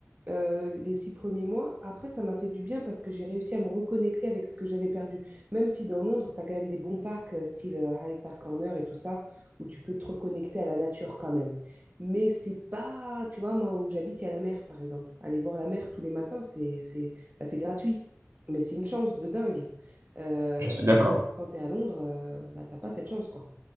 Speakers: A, on the right; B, on the right.
A: euh, les six premiers mois. Après, ça m'a fait du bien parce que j'ai réussi à me reconnecter avec ce que j'avais perdu. Même si dans Londres, tu as quand même des bons parcs, euh, style euh, Hyde Park Corner et tout ça, où tu peux te reconnecter à la nature quand même. Mais c'est pas, tu vois, moi où j'habite, il y a la mer, par exemple. Aller voir la mer tous les matins, c'est, c'est, bah, c'est gratuit. Mais c'est une chance de dingue. Euh,
B: Je suis d'accord.
A: quand tu es à Londres, euh, bah, t'as pas cette chance, quoi.